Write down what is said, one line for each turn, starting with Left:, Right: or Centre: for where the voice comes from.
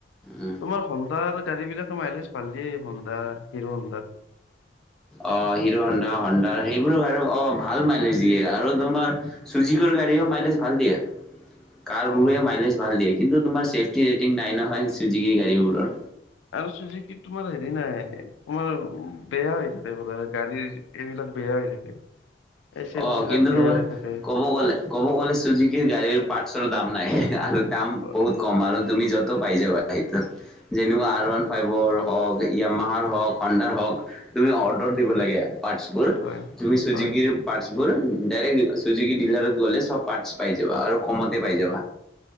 Centre: উম
Left: তোমাৰ সন্ধাৰ গাড়ী বিলাকৰ মাইলেজ ভাল দিয়েই হন্দা, হিৰো হন্দা।
Centre: অ' হিৰো হন্দা, হন্দা সেইবোৰ আৰু অ' ভাল মাইলেজ দিয়ে আৰু তোমাৰ চুজিকিৰ গাড়ীও মাইলেজ ভাল দিয়ে। কাৰ
Left: অ'
Centre: বোৰে মাইলেজ ভাল দিয়ে, কিন্তু তোমাৰ চেফ্‌টি ৰেটিং নাই নহয় চুজুকি গাড়ীবোৰৰ।
Left: আৰু চুজুকি তোমাৰ হেৰি নাই তোমাৰ বেয়া হৈ থাকে বোলে, গাড়ীৰ এইবিলাক বেয়া হৈ থাকে। এচেণ্ট
Centre: অ
Left: বিলাক
Centre: কিন্তু
Left: বেয়া
Centre: তোমাৰ
Left: হৈ থাকে।
Centre: ক'ব গ'লে, ক'ব গ'লে চুজিকিৰ গাড়ীৰ পাৰ্টছৰ দাম নাই আৰু দাম
Left: অ,
Centre: বহুত কম আৰু তুমি য'ত পাই যাবা সেইটো যেনে আৰ ওৱান ফ্ৰাইভৰ হক য়ামাহৰ হওঁক হনডাৰ হওঁক তুমি অৰ্ডাৰ দিব লাগে পাৰ্টছবোৰ,
Left: হয়
Centre: তুমি চুজিকিৰ
Left: হয়
Centre: যিবোৰৰ ডাৰেক্ট চুজিকিৰ ডিলাৰত গ'লে চ'ব পাৰ্টছ পাই যাবা আৰু কমতে পাই যাবা।